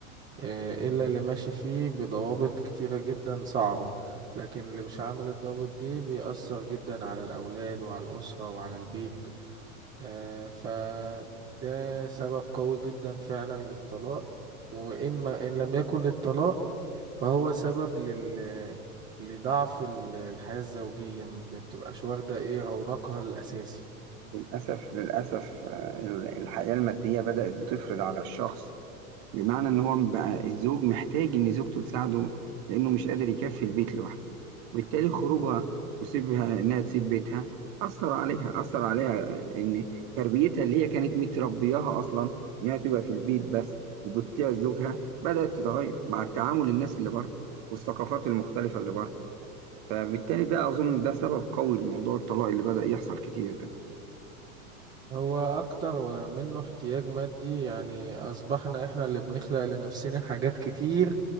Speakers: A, on the right; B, on the right.
A: آه، إلا اللي ماشي فيه بضوابط كتيرة جدا صعبة لكن اللي مش عامل الضوابط دي بيأثر جدا على الأولاد وعلى الأسرة وعلى البيت آه، فده سبب قوي جدا فعلا للطلاق وإن ما إن لم يكن للطلاق فهو سبب لل لضعف ال- الحياة الزوجية ما بتبقاش واخدة ايه رونقها الأساسي
B: للأسف للأسف آه، ال- الحياة المادية بدأت بتفرض على الشخص بمعنى إن هو بقى الزوج محتاج إن زوجته تساعده لأنه مش قادر يكفي البيت لوحده وبالتالي خروجها وسيبها إنها تسيب بيتها أثر عليها أثر عليها إن تربيتها اللي هي كانت متربياها أصلا إنها تبقى في البيت بس وبتطيع زوجها بدأت تتغير مع التعامل الناس اللي بره والثقافات المختلفة اللي بره فبالتالي ده أظن ده سبب قوي لموضوع الطلاق اللي بدأ يحصل كتير ده
A: هو أكتر منه احتياج مادي يعني أصبحنا احنا اللي بنخلق لنفسنا حاجات كتير